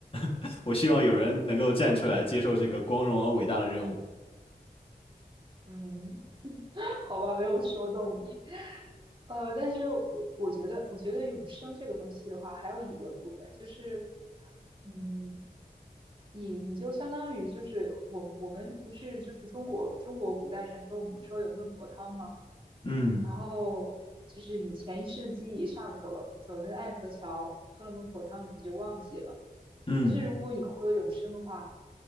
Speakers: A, on the left; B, on the right.
A: <laughs> 我希望有人能够站出来接受这个光荣而伟大的任务。
B: 嗯，好吧，没有说动你。呃，但是我我觉得，我觉得永生这个东西的话，还有一个部分就是，嗯，你你就相当于就是我我们不是就是中国中国古代传说，我们说有孟婆汤嘛，
A: 嗯
B: 然后就是你前一世记忆上走了走了爱河桥，喝了孟婆汤，你就忘记了。
A: 嗯，
B: 但是如果你获得永生的话，